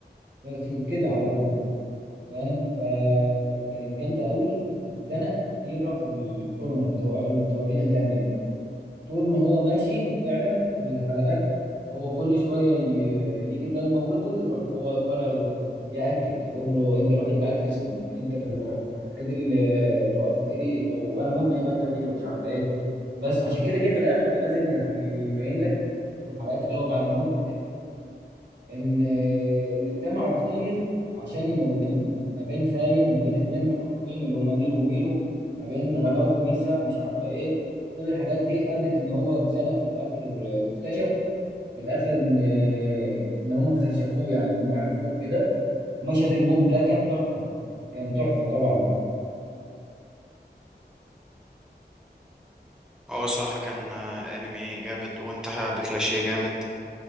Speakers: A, on the right (about 80°); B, in the centre.
A: في في كده على طول فاهم فكانت جامده قوي ده انا كيرا في الكورنر كده هو قال له انت وريني هتعمل ايه طول ما هو ماشي فعلا الحلقات هو كل شوية ي- يجي ده يموته يروح هو طالع ي- يأكد يقول له انت الوحيد اللي عارف اسمي انت الوحيد اللي لو قتلتني لو انا مت يبقى انت كيرو مش عارف ايه بس عشان كده جه في الاخر كان لازم يح- يبين لك في الحلقات اللي هو بعد موت ان ان اجتمعوا كتير عشان يموتوه ما بين خاين ما بين اتنين محققين اللي هم نيرو وميرو ما بين غباوة ميسا مش عارفة ايه كل الحاجات دي ادت ان هو اتزنق في الاخر آه، واكتشف في الاخر ان آه، ان هم اكتشفوه يعني ان هم عرفوه كده ومشهد الموت ده كان تحفة كان تحفة طبعا
B: هو الصراحه كان آه، انمي جامد وانتهى بكلاشيه جامد